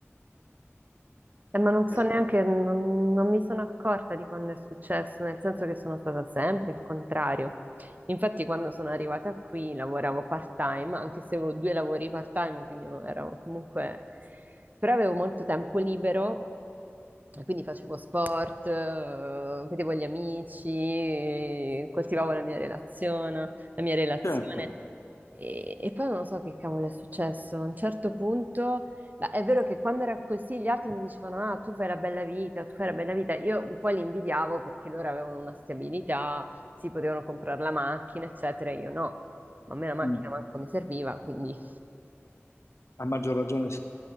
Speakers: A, on the right; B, on the left.
A: Eh, ma non so
B: eh,
A: neanche, non, non mi sono accorta di quando è successo, nel senso che sono stata sempre il contrario. Infatti, quando sono arrivata qui lavoravo part-time, anche se avevo due lavori part-time, quindi non ero comunque... Però avevo molto tempo libero, e quindi facevo sport, eh, vedevo gli amici, coltivavo la mia relazione, la mia relazione.
B: certo,
A: E, e poi non lo so che cavolo è successo. A un certo punto, la- è vero che quando era così gli altri mi dicevano: Ah, tu fai la bella vita, tu fai la bella vita. Io un po' li invidiavo perché loro avevano una stabilità, si potevano comprare la macchina, eccetera. Io no, ma a me la macchina
B: mm,
A: manco mi serviva, quindi
B: a maggior ragione